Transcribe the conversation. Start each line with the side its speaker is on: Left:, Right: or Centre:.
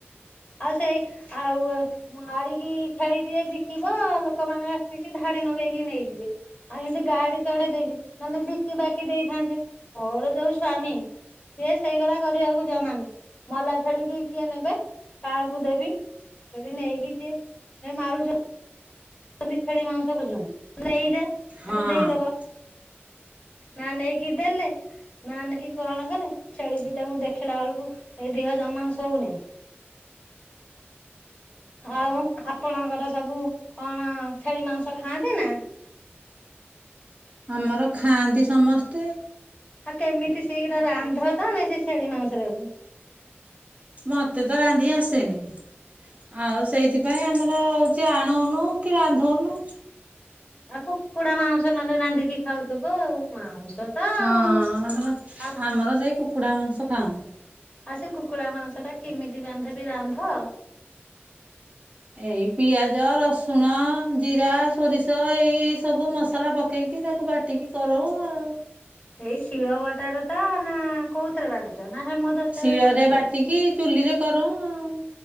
Left: ଆଉ ସେଇ ଆଉ ମାରିକି ଛେଳି ଜିଏ ବିକିବ ଲୋକମାନେ ଆସିକି ଧାଡି ନଗେଇକି ନେଇଯିବେ! ଆଉ ଏମିତି ଗାଡି ଚଢେଇ ଦେଇଛି ନହେଲେ ବିକି ବାକି ଦେଇଥାନ୍ତେ ମୋର ଯୋଉ ସ୍ଵାମୀ ସିଏ ସେଇ ଗୁଡାକ କରିବାକୁ ଜମା ନୁହଁ ମଲା ଛେଳିକି କିଏ ନେବେ? କାହାକୁ ଦେବି ନେଇକି ଯ ମାରୁଛ <inaudible> ଛେଳି ମାଂସ କରୁଛନ୍ତିଲେ ହେଇଯା ତାକୁ
Right: ହଁ ହଁ
Left: ଦେଇଦବା <inaudible> ନା ନେଇକି ଦେେଲେ ନା ନେକି କଣ କରେ ଛେଳି ଦିଟାଙ୍କୁ ଦେଖିଲା ବେଳକୁ ଏଇ ଦେହ ଜମା ଶହୁନି! ଆଉ ଆପଣଙ୍କର ସବୁ କଣ ଛେଳି ମାଂସ ଖାଆନ୍ତି ନା?
Right: ଆମର ଖାଆନ୍ତି ସମସ୍ତେ!
Left: ଆଉ କେମିତି ସେଇ ଗୁଡାକ ରାନ୍ଧ ତ ଆମେ ସେଇ ଛେଳି ମାଉଁସ ଟା କୁ?
Right: ମତେ ତ ରାନ୍ଧି ଆସେନି ଆଉ ସେଇଥିପାଇଁ ଆମର ହଉ ସେ ଆଣୁନୁ କି ରାନ୍ଧୁନୁ!
Left: ଆଉ କୁକୁଡ଼ା ମାଉଁସ ନହେଲେ ରାନ୍ଧିକି ଖାଉଥିବ ଆଉ ମାଉଁସ ତ ଆଉ
Right: ହଁ, ଆମର
Left: ଆଉ
Right: ଆମର ସେଇ କୁକୁଡ଼ା ମାଂସ ଖାଉ!
Left: ଆଉ ସେ କୁକୁଡ଼ା ମାଂସ ଟା କେମିତି ରାନ୍ଧିବି ରାନ୍ଧ?
Right: ଏଇ ପିଆଜ ରସୁଣ ଜିରା ସୋରିଷ ଏଇ ଏଇ ସବୁ ମସଲା ପକେଇକି ତାକୁ ବାଟି ଟିକେ କର ଆଉ!
Left: ଏଇ ଶିଳ ବଟାାରେ ତ ନା କୋଉଥିଥରେ ବାଟୁଛ ନା ହେମ ଦସ୍ତାରେ
Right: ଶିଳରେ
Left: କୁଟୁଛ?
Right: ବାଟିକି ଚୁଲିରେ କରୁ! ଆଉ